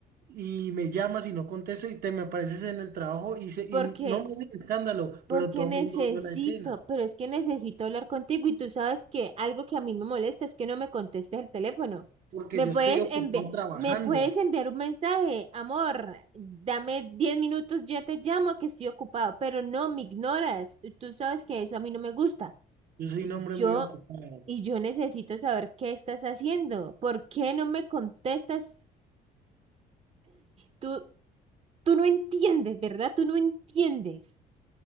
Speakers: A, on the right; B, on the right.
A: y me llamas y no contesto y te me apareces en el trabajo y, se, y
B: porque
A: no me hacen escándalo,
B: Porque
A: pero todo
B: necesito,
A: el mundo vio la escena,
B: pero es que necesito hablar contigo y tú sabes que algo que a mí me molesta es que no me contestes el teléfono.
A: porque
B: Me
A: yo
B: puedes
A: estoy ocupado
B: enviar,
A: trabajando,
B: me puedes enviar un mensaje, amor, dame 10 minutos, ya te llamo que estoy ocupado, pero no me ignoras. y Tú sabes que eso a mí no me gusta.
A: yo soy
B: Y
A: un hombre
B: yo,
A: muy ocupado.
B: y yo necesito saber qué estás haciendo. ¿Por qué no me contestas? Tú, tú no entiendes, ¿verdad? Tú no entiendes.